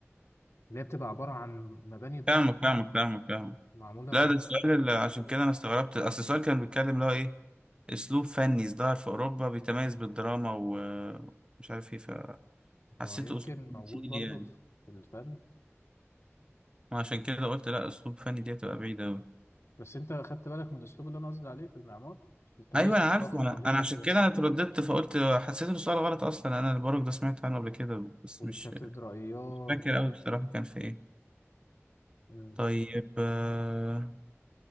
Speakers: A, on the left; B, on the right.
A: اللي هي بتبقى عبارة عن مباني ضخمة
B: فاهمك فاهمك فاهمك فاهمك
A: معمولة
B: لا
A: من
B: ده السؤال اللي عشان
A: <laughs>
B: كده انا استغربت اصل السؤال كان بيتكلم اللي هو ايه اسلوب فني ازدهر في اوروبا بيتميز بالدراما ومش عارف ايه فحسيته
A: هو يمكن
B: اسلوب تمثيلي
A: موجود برضه
B: يعني
A: في الفن
B: وعشان كده قلت لا اسلوب فني دي هتبقى بعيده قوي
A: بس انت خدت بالك من الاسلوب اللي انا قصدي عليه في المعمار الكنائس
B: ايوه انا
A: الضخمة
B: عارفه انا
A: ديت
B: انا عشان
A: وال-
B: كده انا اترددت فقلت حسيت ان السؤال غلط اصلا انا البرج ده سمعت عنه قبل كده بس
A: والكاتدرائيات
B: مش مش فاكر قوي بصراحه كان في ايه
A: مم.
B: طيب آه،